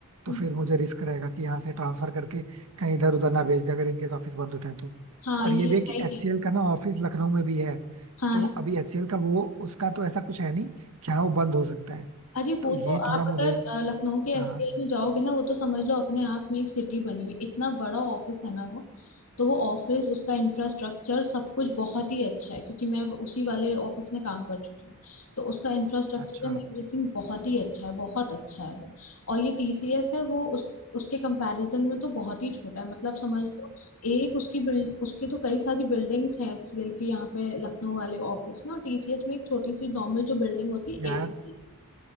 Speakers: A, on the right; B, on the left.
A: तो
B: हम्म।
A: फिर मुझे रिस्क रहेगा कि यहाँ से ट्रांसफर करके कहीं इधर उधर ना भेज दे अगर इनकेस ऑफिस बंद होता है तो
B: हाँ
A: और
B: ये
A: ये भी है
B: सही
A: कि
B: कह
A: एचसीएल
B: रही हो
A: का ना ऑफिस लखनऊ में भी है
B: हाँ
A: तो
B: है
A: अभी एचसीएल का वो उसका तो ऐसा कुछ है नहीं कि हाँ वो बंद हो सकता है
B: अरे
A: तो
B: वो
A: ये
B: तो आप
A: थोड़ा मुझे
B: अगर अ, लखनऊ के
A: हाँ
B: एचसीएल में जाओगे ना वो तो समझ लो अपने आप में एक सिटी बनी हुई इतना बड़ा ऑफिस है ना वो तो वो ऑफिस उसका इंफ्रास्ट्रक्चर सब कुछ बहुत ही अच्छा है क्योंकि मैं उसी वाले ऑफिस में काम कर चुकी हूँ तो उसका इंफ्रास्ट्रक्चर
A: अच्छा
B: एंड एवरीथिंग बहुत ही अच्छा है बहुत अच्छा है वो और ये टीसीएस है वो उस उसके कंपैरिजन में तो बहुत ही छोटा है मतलब समझ लो एक उसकी बिल्ड उसके तो कई सारी बिल्डिंग्स हैं एचसीएल की यहाँ पे लखनऊ वाले ऑफिस में और टीसीएस में एक छोटी सी नॉर्मल जो बिल्डिंग होती है
A: यार
B: एक ही बिल्डिंग